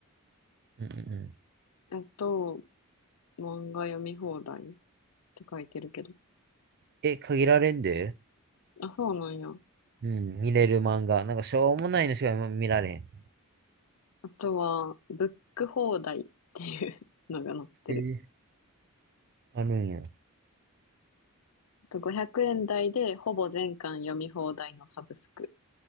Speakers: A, on the right; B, on the left.
A: うんうんうん。
B: えっと、漫画読み放題って書いてるけど。
A: え、限られんで
B: あ、そうなんや。
A: うん、見れる漫画。なんかしょうもないのしか今見られへん。
B: あとは、ブック放題っていうのが載ってる。
A: えーあるんや。
B: あと500円台でほぼ全巻読み放題のサブスク。